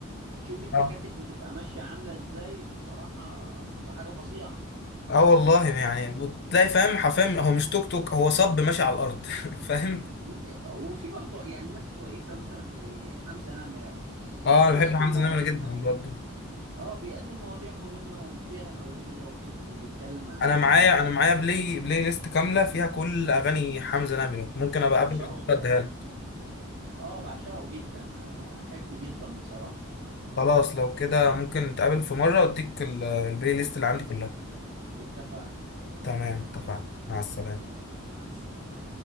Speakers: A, on the right; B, on the left.
A: شوف التكاتك
B: اه
A: بتبقى ماشية عاملة ازاي بصراحة بتبقى حاجة فظيعة
B: آه والله يعني وتلاقي فاهم حرفيا هو مش توك توك هو صب ماشي على الارض <laughs> فاهم
A: إيه. وفي برضه يعني ناس كويسة مثلا زي حمزة نمرة يعني
B: اه
A: بيقدم
B: انا بحب حمزة
A: مواضيع
B: نمرة جدا
A: مهمة
B: برضه
A: اه بيقدم مواضيع مهمة وفيها هوية وفكر وبيتكلم عن
B: انا معايا
A: بلدنا
B: انا معايا بلاي بلاي ليست كامله فيها كل اغاني حمزة نمرة ممكن ابقى
A: بعشقه
B: اقابلك
A: بصراحة
B: اديها لك
A: اه بعشقه جدا احب جدا بصراحة
B: خلاص لو كده ممكن نتقابل في مره واديك ال- البلاي ليست اللي عندي كلها
A: اتفقنا
B: تمام اتفقنا مع السلامه
A: اتفقنا شوف مع السلامة